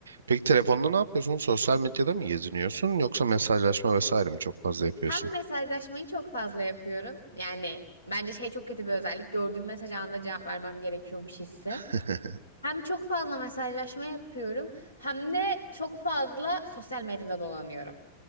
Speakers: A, on the right; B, on the left.
A: Peki telefonda ne yapıyorsun? Sosyal medyada mı geziniyorsun yoksa mesajlaşma vesaire mi çok fazla yapıyorsun?
B: Hem mesajlaşmayı çok fazla yapıyorum. Yani bence şey çok kötü bir özellik. Gördüğüm mesaj anında cevap vermem gerekiyormuş hissi.
A: <laughs>
B: Hem çok fazla mesajlaşma yapıyorum hem de çok fazla sosyal medyada dolanıyorum.